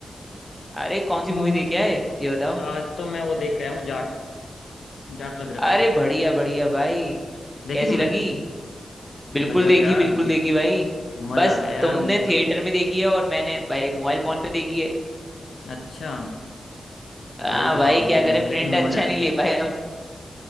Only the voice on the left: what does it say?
हाँ
आज तो मैं वो देख के आया हूँ जाट जाट लग रखी
थी
देखी
तुमने
गजब
यार
बे-
मजा
आ गया यार
मतलब
अच्छा
भाई वाह
कहीं
लेकिन
मजा आ
गया